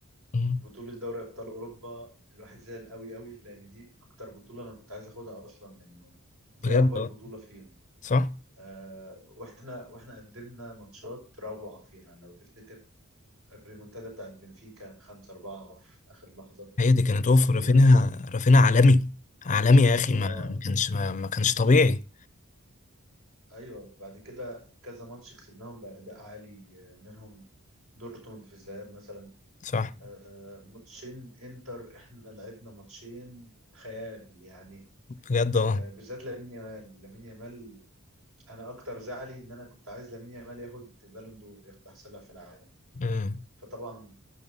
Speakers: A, on the left; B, on the right.
A: مم.
B: بطوله دوري ابطال اوروبا الواحد زعل قوي قوي لان دي اكتر بطوله انا كنت عايز اخدها اصلا لانه دي
A: بجد
B: اكبر
A: اه
B: بطوله فيهم
A: صح
B: آه واحنا واحنا قدمنا ماتشات روعه فيها لو تفتكر الريمونتادا بتاعت بنفيكا 5 4 في اخر لحظه
A: هي دي كانت اوف
B: بعد كده
A: رافينيا
B: الريمون
A: رافينيا عالمي عالمي يا اخي
B: اه
A: ما ما كانش ما, ما كانش طبيعي
B: ايوه بعد كده كذا ماتش كسبناهم باداء عالي آه، منهم دورتموند في الذهاب مثلا
A: صح
B: آه، ماتشين انتر احنا لعبنا ماتشين خيال يعني
A: بجد اه
B: آه، بالذات لامين يامال لامين يامال انا اكتر زعلي ان انا كنت عايز لامين يامال ياخد بالون دور ياخد احسن لاعب في العالم
A: أمم.
B: فطبعا